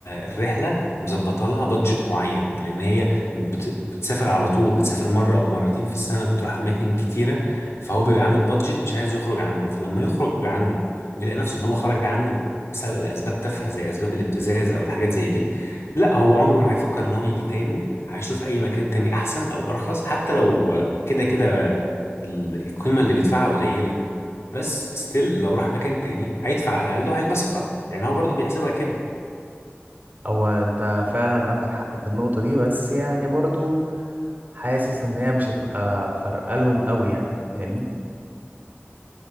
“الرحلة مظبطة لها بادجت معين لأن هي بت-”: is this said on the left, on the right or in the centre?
Left